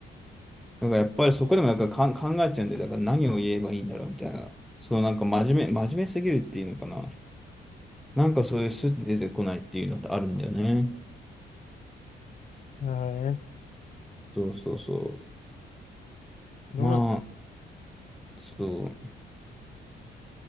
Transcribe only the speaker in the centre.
なんかやっぱりそこでもなんかかん考えちゃうんで、だから何を言えばいいんだろうみたいな。そうなんか真面目、真面目すぎるっていうのかな。なんかそういうスッて出てこないっていうのってあるんだよね。
そうそうそ
う。まあ、そう。